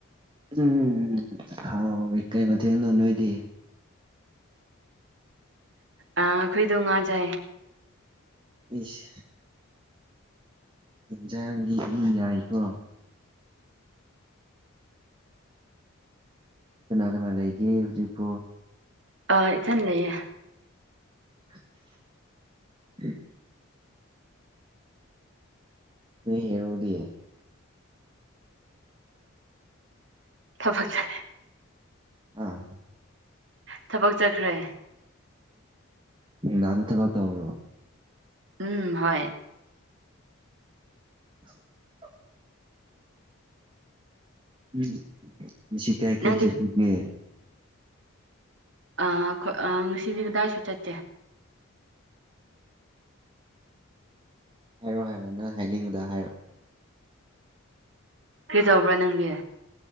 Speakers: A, on the right; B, on the right.
A: ꯎꯝ ꯍꯥꯎꯋꯤ ꯀꯩ ꯃꯊꯦꯟꯅꯣ ꯅꯣꯏꯗꯤ
B: ꯑ ꯑꯩꯈꯣꯏꯗꯣ ꯉꯥ ꯖꯥꯏ
A: ꯏꯁ ꯏꯤꯖꯥꯡꯒꯤ ꯑꯗꯨꯝ ꯌꯥꯏꯀꯣ ꯀꯅꯥ ꯀꯅꯥ ꯂꯩꯒꯦ ꯍꯧꯖꯤꯛꯄꯨ
B: ꯑꯥ ꯏꯊꯟ ꯂꯩꯌꯦ
A: <inaudible> ꯅꫭꯏ ꯍꯦꯔꫭꯗꯤ
B: ꯊꯕꯛ ꯆꯠꯂꯦ
A: ꯑꯥ
B: ꯊꯕꯛ ꯆꯠꯈ꯭ꯔꯦ
A: ꯑꯦ ꯂꯥꯟꯗ ꯊꯕꯛ ꯇꯧ꯭ꯔꯣ
B: ꯎꯝ ꯍꯣꯏ
A: <unintelligible> ꯎꯝ ꯃꯁꯤ ꯀꯥꯏ ꯀꯥꯏ
B: ꯅꯪꯗꯤ
A: ꯆꯠꯒ
B: ꯑꯩꯣꯏ ꯉꯁꯤꯗꯤ ꯀꯗꯥꯏꯁꯨ ꯆꯠꯁꯦ
A: ꯍꯥꯏꯔꯣ ꯍꯥꯏꯔꯣ ꯅꯪ ꯍꯥꯏꯅꯤꯡꯕꯗ ꯍꯥꯏꯔꯣ
B: ꯀꯩꯗꯧꯕ꯭ꯔꯥ ꯅꯪꯒꯤ